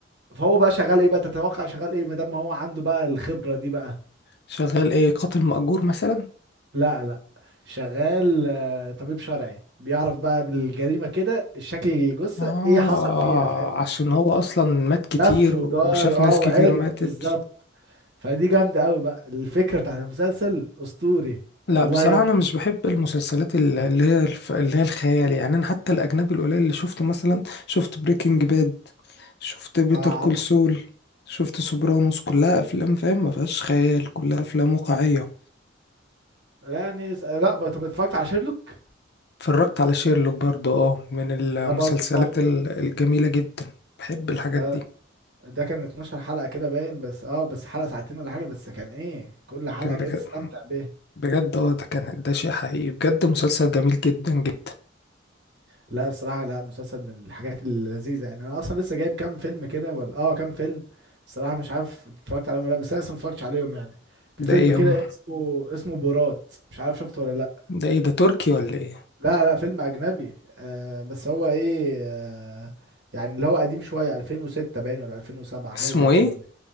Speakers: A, on the right; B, on the left.
A: فهو بقى شغال ايه بقى تتوقع شغال ايه ما دام هو عنده بقى الخبره دي بقى
B: شغال ايه قاتل مأجور مثلا
A: لا لا شغال آه، طبيب شرعي بيعرف بقى من الجريمه كده الشكل الجثه
B: اه
A: ايه حصل فيها فاهمني
B: عشان هو اصلا مات كتير
A: لف ودار
B: وشاف
A: اه
B: ناس
A: وعرف
B: كتير ماتت
A: بالظبط فدي جامده قوي بقى الفكره بتاعت المسلسل اسطوري
B: لا
A: والله
B: بصراحة
A: يا ابني
B: أنا مش بحب المسلسلات ال- اللي هي الف- اللي هي الخيال يعني أنا حتى الأجنبي القليل اللي شفته مثلا شفت بريكنج باد شفت بيتر
A: اه
B: كول
A: عارف
B: سول شفت سوبرانوس كلها أفلام فاهم ما فيهاش خيال كلها أفلام واقعية
A: يعني اس- لا بقى- طب اتفرجت على شيرلوك
B: اتفرجت على شيرلوك برضو اه من المسلسلات
A: ده برضه تحفه
B: ال- الجميلة جدا بحب الحاجات
A: ده
B: دي
A: ده كان 12 حلقة كده باين بس اه بس حلقة ساعتين ولا حاجة بس كان ايه كل حلقة
B: كان
A: كده
B: بجد
A: تستمتع بيها
B: بجد اه ده كان ده شيء حقيقي بجد مسلسل جميل جدا جدا
A: لا الصراحة لا مسلسل من الحاجات اللذيذة يعني انا اصلا لسه جايب كام فيلم كده ولا اه كام فيلم الصراحة مش عارف اتفرجت عليهم ولا لأ، بس انا لسه ما اتفرجتش عليهم يعني في
B: ده
A: فيلم
B: ايه
A: كده
B: هم
A: اسمه اسمه بورات مش عارف شفته ولا لا
B: ده ايه ده تركي ولا ايه
A: لا لا فيلم اجنبي آه بس هو ايه آه يعني اللي هو قديم شوية 2006 باين ولا 2007 حاجة
B: اسمه
A: زي
B: ايه
A: كده باين.